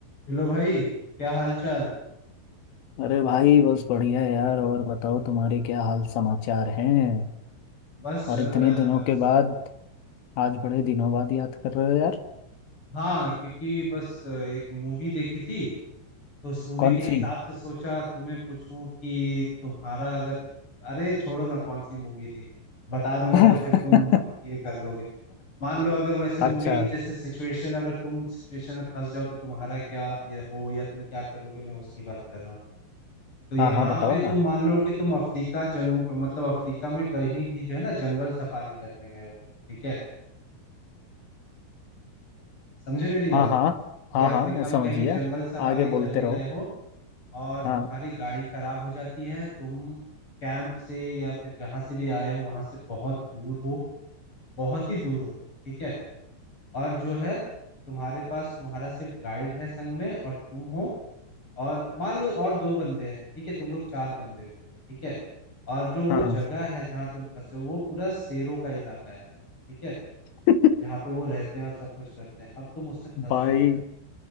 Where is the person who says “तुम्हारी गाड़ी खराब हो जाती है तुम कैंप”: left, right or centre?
Left